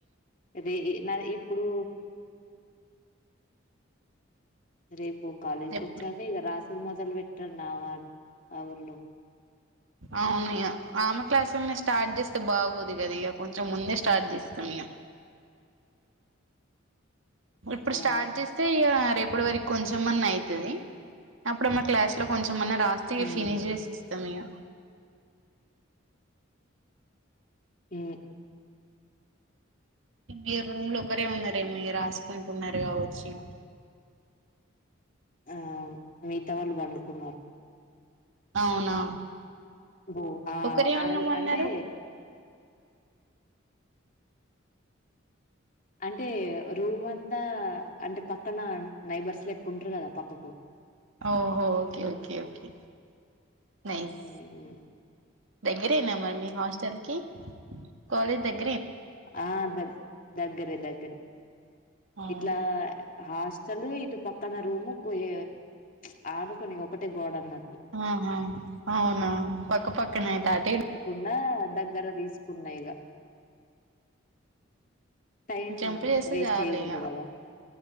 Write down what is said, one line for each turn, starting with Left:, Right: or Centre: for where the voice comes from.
Left: ఇది నా ఇప్పుడు రేపు కాలేజీకి
Right: ఎప్పుడు
Left: వచ్చాక ఇక రాసి ఇపుడు మొదలు పెట్టండివా కబుర్లు
Right: అవునిగ ఆమె క్లాసుల్ని స్టార్ట్ చేస్తే బాగోదు కదా ఇగ కొంచెం ముందే స్టార్ట్ చేస్తాం ఇక ఇప్పుడు
Left: ఆ
Right: స్టార్ట్
Left: అదే
Right: జేస్తే ఇగ రేపటి వరకు కొంచెం అన్నా అయితది. అప్పుడు మా క్లాస్ లో కొంచెం ఏమన్నా రాస్తే
Left: ఉమ్
Right: ఫినిష్ చేసి ఇస్తాం ఇగ
Left: హ్మ్
Right: మీరు రూమ్ లో ఒకరే ఉన్నారేమో మీరు రాసుకుంటున్నారు గావచ్చు ఏమో
Left: ఆ మిగతా వాళ్ళు పండుకున్నారు
Right: అవునా
Left: ఓ ఆ
Right: ఒకరే ఉన్నామన్నారు
Left: ఆళ్ అంటే అంటే రూమ్ అంతా అంటే పక్కన నైబర్స్ లెక్క ఉంట్రు కదా పక్కకు
Right: ఓహో ఓకే ఓకే ఓకే నైస్
Left: ఉమ్
Right: దగ్గరేనా మరి మీ హాస్టల్ కి కాలేజ్ దగ్
Left: ఆ దగ్ దగ్గరే దగ్గరే
Right: ఆహా
Left: ఇట్లా హాస్ చందు ఇటు పక్కన రూమ్ కి పోయిఆను కొని ఒకటే గోడ అన్నట్
Right: ఆహా అవునా పక్క పక్కనయితాటే
Left: బా దగ్గర తీసుకున్నా యిగ టైం
Right: జంప్ చేస్తే
Left: వేస్ట్
Right: చాలు
Left: చేయకూడదుకదా
Right: ఇగ